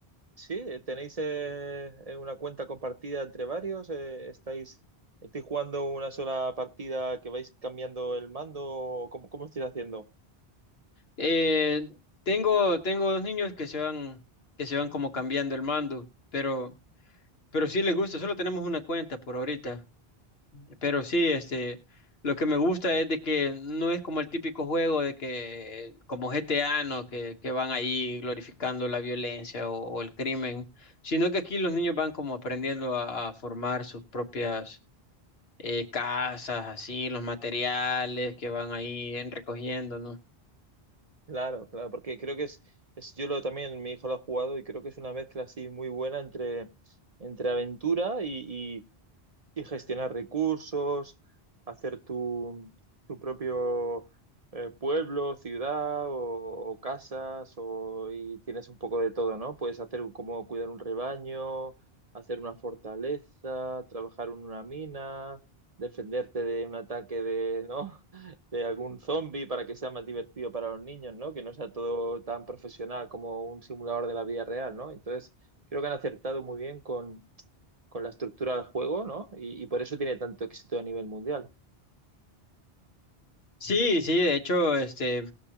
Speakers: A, on the right; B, on the left.
A: Sí, eh, tenéis eh, eh, una cuenta compartida entre varios. Eh, ¿estáis, estáis jugando una sola partida que vais cambiando el mando? ¿O ¿Cómo, cómo estáis haciendo?
B: Eh, tengo, tengo dos niños que se van, que se van como cambiando el mando, pero, pero sí les gusta, solo tenemos una cuenta por ahorita. Pero sí, este, lo que me gusta es de que no es como el típico juego de que, como GTA, ¿no? Que, que van ahí glorificando la violencia o, o el crimen, sino que aquí los niños van como aprendiendo a, a formar sus propias eh, casas, así, los materiales que van ahí en- recogiendo, no
A: Claro, claro, porque creo que es, es yo lo, también mi hijo lo ha jugado y creo que es una mezcla así muy buena entre, entre aventura y, y- y gestionar recursos, hacer tu, tu propio eh, pueblo, ciudad o, o casas, o, y tienes un poco de todo, ¿no? Puedes hacer un- como cuidar un rebaño, hacer una fortaleza, trabajar en una mina, defenderte de un ataque de, ¿no? <laughs> de algún zombie para que sea más divertido para los niños, ¿no? Que no sea todo tan profesional como un simulador de la vida real, ¿no? Entonces, creo que han acertado muy bien con la estructura del juego, ¿no? Y, y por eso tiene tanto éxito a nivel mundial.
B: Sí, sí, de hecho, este,